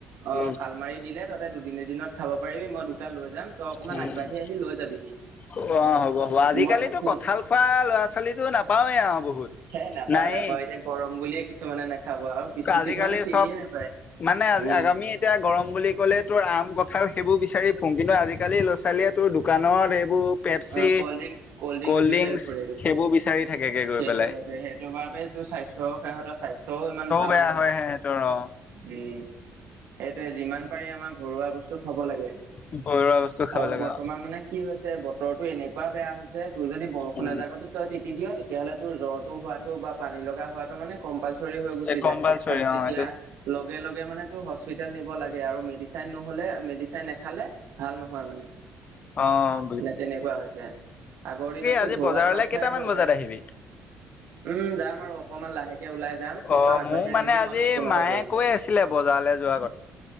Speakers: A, on the right; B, on the left.
A: অ'
B: উম
A: শালমাৰি দিলে তহতে দুদিন এদিনত খাব পাৰিবি, মই দুটা লৈ যাম তই অকমান
B: উম',
A: আগবাঢ়ি আহি লৈ যাবিহি
B: অহ', হ'ব-হ'ব আজিকালিটো
A: মই তোক ফোন
B: কঁঠাল খোৱা ল'ৰা-ছোৱালীতো নাপাওঁৱে আৰু। বহুত
A: হে নাপাওঁ
B: নায়েই
A: নাপাওঁ, এতিয়া গৰম বুলিয়ে কিছুমানে নাখাব আৰু কিছু
B: আজিকালি
A: কিছুমানে চিনিয়ে
B: চব
A: নাপায়
B: মানে
A: উম
B: আগামী এতিয়া গৰম বুলি ক'লে তোৰ আম কঁঠাল সেইবোৰ বিচাৰি ফুৰোঁ কিন্তু আজিকালি ল'ৰা-ছোৱালীয়ে তোৰ দোকানত এইবোৰ পেপচি
A: অহ, কল্ডড্ৰিংকছ-কল্ডড্ৰিংকছ
B: কল্ড
A: বিচাৰি
B: ড্ৰিংকচ
A: ফুৰেগে,
B: সেইবোৰ বিচাৰি থাকেগে গৈ
A: সেইটোৱে-সেইটোৱে
B: পেলাই
A: সেইটো বাবে টো স্বাস্থ্য, সিহঁতৰ স্বাস্থ্যও ইমান ভাল
B: বেয়া
A: নহয়।
B: হয়
A: উম,
B: সিহঁতৰ অ
A: সেইটোৱে যিমান পাৰি আমাৰ ঘৰুৱা বস্তু খাব লাগে।
B: ঘৰুৱা বস্তু খাব
A: আৰু
B: লাগে
A: বৰ্তমান
B: অ
A: মানে কি হৈছে বতৰটো এনেকুৱা বেয়া হৈছে তোৰ যদি বৰষুণ
B: উম
A: এজাকতো তই তিতি দিয়, তেতিয়াহ'লে তোৰ জ্বৰটো হোৱাটো বা পানী লগাহুৱাটো মানে কম্পালচৰি হৈ গুচি
B: এই কম্পালচৰি
A: যায় আৰু তেতিয়া
B: অ এইটো
A: লগে লগে মানে তোৰ হস্পিতেল নিব লাগে আৰু মেডিচাইন নহ'লে মেডিচাইন নেখালে ভাল নহয় মানে।
B: অহ।
A: মানে তেনেকুৱা হৈছে। আগৰ দিনতটো
B: আজি
A: ঘৰুৱা
B: বজাৰলৈ
A: দৰৱ
B: কেইটামান
A: খাইয়ে হৈ
B: বজাত
A: যায়।
B: আহিবি
A: উম, যাম আৰু অকনমান লাহেকে ওলাই যাম
B: অ
A: তই আগবাঢ়ি
B: মোৰ
A: আহিবি
B: মানে আজি
A: মই তোক ফোন এটা
B: মায়ে
A: কৰিম।
B: কৈ আছিলে বজাৰলৈ যোৱা